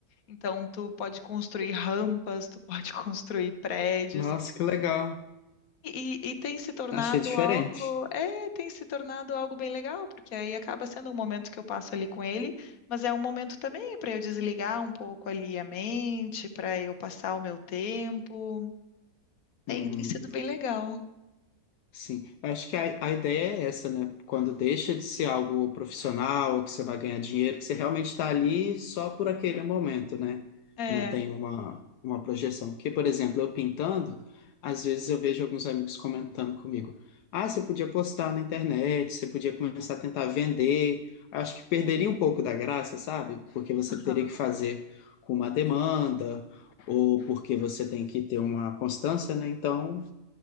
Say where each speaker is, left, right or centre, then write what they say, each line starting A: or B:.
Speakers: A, on the left; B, on the left.
A: Então, tu pode construir rampas, tu pode <laughs> construir prédios.
B: Nossa, que legal.
A: E, e tem se tornado
B: Achei diferente.
A: algo, é, tem se tornado algo bem legal, porque aí acaba sendo um momento que eu passo ali com ele, mas é um momento também para eu desligar um pouco ali a mente, para eu passar o meu tempo. Tem,
B: Uhum.
A: tem sido bem legal.
B: Sim, eu acho que a, a ideia é essa, né? Quando deixa de ser algo profissional, que você vai ganhar dinheiro, que você realmente está ali só por aquele momento, né?
A: É,
B: Não tem uma, uma projeção. Porque, por exemplo, eu pintando, às vezes eu vejo alguns amigos comentando comigo: ah, você podia postar na internet, você podia começar a tentar vender. Acho que perderia um pouco da graça, sabe? Porque você
A: aham,
B: teria que fazer com uma demanda, ou porque você tem que ter uma constância, né? Então,